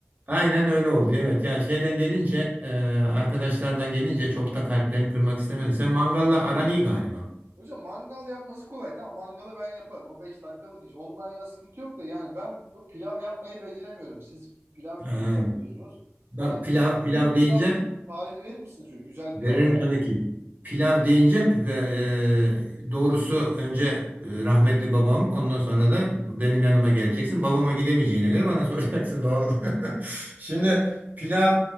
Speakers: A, on the right (about 40°); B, on the right (about 65°).
A: Aynen öyle oldu. Evet Ya şeyden
B: Evet.
A: gelince e, arkadaşlardan gelince çok da kalplerini kırmak istemedim. Sen mangalla aran iyi galiba.
B: Hocam mangal yapması kolay. Tamam mangalı ben yaparım. O 5 dakikalık iş. Ondan yana sıkıntı yok da yani ben bu pilav yapmayı beceremiyorum. Siz pilav
A: Ee,
B: iyi yapıyorsunuz.
A: bak
B: Bana
A: pilav
B: şöyle
A: pilav
B: iyi bir pilav
A: deyince
B: tarifi verir misiniz? Şöyle güzel pilav
A: Veririm
B: tarifi.
A: tabii ki. Pilav deyince e, e, doğrusu önce e, rahmetli babam ondan sonra da benim yanıma geleceksin. Babama gidemeyeceğine göre bana <laughs> soracaksın doğru. <laughs> Şimdi pilav